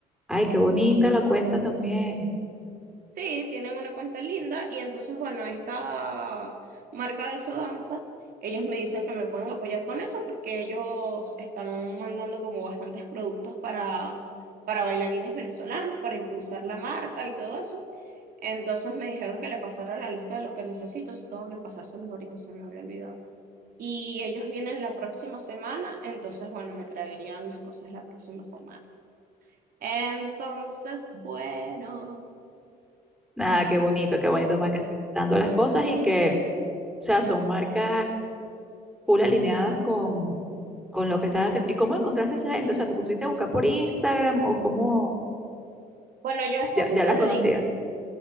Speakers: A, in the centre; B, on the right.
A: Ay, qué bonita la cuenta también.
B: Sí, tienen una cuenta linda y entonces, bueno, esta marca de Sodanza, ellos me dicen que me pueden apoyar con eso porque ellos están mandando como bastantes productos para, para bailarines venezolanos, para impulsar la marca y todo eso. Entonces me dijeron que le pasara la lista de lo que necesito, si tengo que pasárselos ahorita, se me había olvidado. Y ellos vienen la próxima semana, entonces, bueno, me traerían las cosas la próxima semana. Entonces, bueno.
A: Nada, qué bonito, qué bonito más que se están dando las cosas y que, o sea, son marcas full alineadas con, con lo que estás haciendo. ¿Y cómo encontraste a esa gente? O sea, ¿te pusiste a buscar por Instagram o cómo?
B: Bueno, yo a
A: Ya,
B: esta gente
A: ya las
B: dedico
A: conocías.